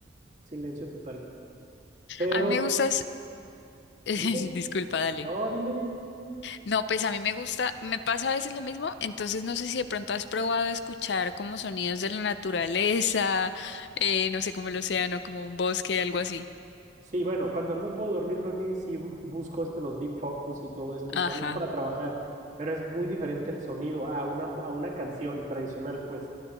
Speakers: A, on the right; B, on the left.
A: silencio total. Pero
B: a mí me gustas... <laughs>
A: Dime.
B: Disculpa, dale.
A: No, dime, dime, dime.
B: No, pues a mí me gusta, me pasa a veces lo mismo, entonces no sé si de pronto has probado escuchar como sonidos de la naturaleza, eh, no sé, como el océano, como un bosque, algo así.
A: Sí, bueno, cuando no me puedo dormir, dormir, sí bu- busco este, los deep focus y todo esto
B: Ajá,
A: también para trabajar, pero es muy diferente el sonido a una, a una canción tradicional, pues.